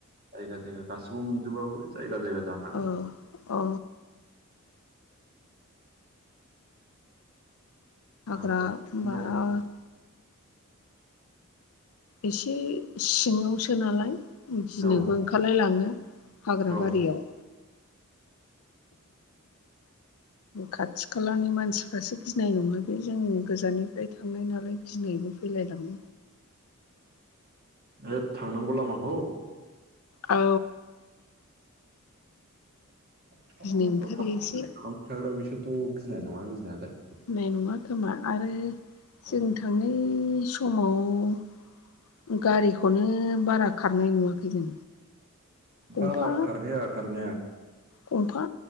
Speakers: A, on the right (about 45°); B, on the left (about 75°).
A: जायगा जायगा गासौआव नंजोबाबाबो जायगा जायगा जाना
B: ओ अ हाग्रा
A: मालाबा
B: <unintelligible>
A: बायनानै।
B: एसे सिङावसो नालाय गिनोबो
A: औ
B: ओंखारलाय लाङो। हाग्रा
A: औ
B: बारियाव।
A: <inaudible>
B: खाथि खालानि मानसिफ्रासो गिनाय नङा बे, जों गोजाननिफ्राय थांनाय नालाय गिनायबो फैलायलाङो।
A: लेप्त थांनांगौ लामाखौ
B: औ।
A: खाथिखालानाथ'
B: गिनो ओंखारो
A: थांलाय
B: एसे
A: फैलाय खालामबाय थाग्रा बैसोरथ' गिनाय नङा गिनायालाय।
B: गिनाय नङा खोमा आरो
A: औ
B: जों थांनाय समाव गारिखौनो बारा खारनाय नुवाखै जों।
A: बारा
B: गंफा
A: खारखाया खारनाया
B: गंफा